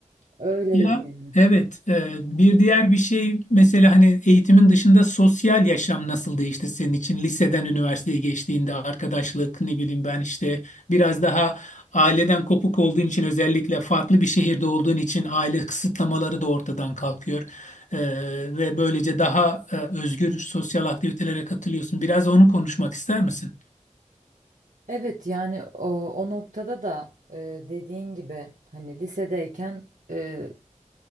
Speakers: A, on the right; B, on the left.
A: Öyleydi.
B: Ya
A: yani.
B: evet, e, bir diğer bir şey mesela hani eğitimin dışında sosyal yaşam nasıl değişti senin için? Liseden üniversiteye geçtiğinde arkadaşlık ne bileyim ben işte biraz daha aileden kopuk olduğun için özellikle farklı bir şehirde olduğun için aile kısıtlamaları da ortadan kalkıyor. E, ve böylece daha e, özgür sosyal aktivitelere katılıyorsun. Biraz onu konuşmak ister misin?
A: Evet yani o, o noktada da e, dediğin gibi hani lisedeyken e,